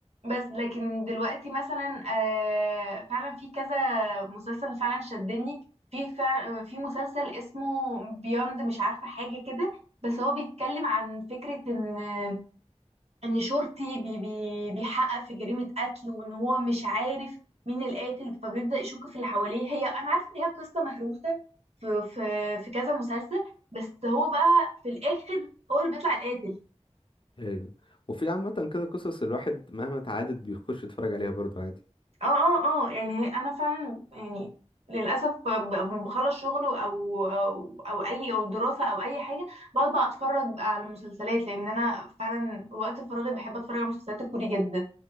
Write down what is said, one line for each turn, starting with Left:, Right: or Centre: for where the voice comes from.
Right: بس لكن دلوقتي مثلا آه فعلا في كذا مسلسل فعلا شدني في فع- في مسلسل اسمه بيوند مش عارفة حاجة كده بس هو بيتكلم عن فكرة ان ان شرطي بي بي بيحقق في جريمة قتل وان هو مش عارف مين القاتل فبيبدأ يشك في اللي حواليه هي انا عارفة ان هي قصة مهروسة في في في كذا مسلسل بس هو بقى في الاخر هو اللي بيطلع القاتل
Left: ايوه وفي عامة كده قصص الواحد مهما اتعادت بيخش يتفرج عليها برضو عادي
Right: اه اه اه يعني هي- انا فعلا يعني للاسف ب- ب- لما بخلص شغل او او او اي او دراسه او اي حاجه بقعد بقى اتفرج بقى على مسلسلات لان انا فعلا وقت فراغي بحب اتفرج على مسلسلات الكوري جدا